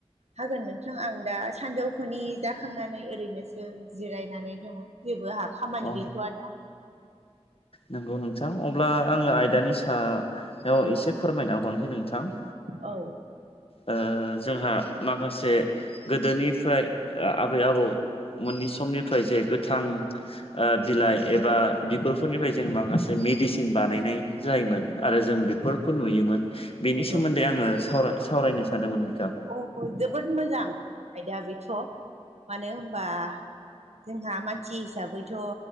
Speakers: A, on the right; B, on the left.
A: हागोन नोंथां आं दा सानजौफुनि जाखांनानै ओरैनोसो जिरायनानै दङ जेबो हा खामानि
B: अ
A: गैथ'आ दा
B: नंगौ नोंथां अब्ला आङो आयदानि सायाव एसे फोरमायना हरनोसै नोंथां
A: औ
B: ओ जोंहा माखासे गोदोनिफ्राय आबै आबौ मोननि समनिफ्राय जे गोथां बिलाइ एबा बिगुरफो फोरनिफ्राय जों माखासे मेडिसिन बानायनाय जायोमोन आरो जों बेफोरखौ नुयोमोन बेनि
A: नंगौ।
B: सोमोन्दै आङो साव सावरायनो सानदोंमोन नोंथां
A: औ जोबोद मोजां आयदाया बेथ' मानो होनबा जोंहा मानसि हिसाबैथ'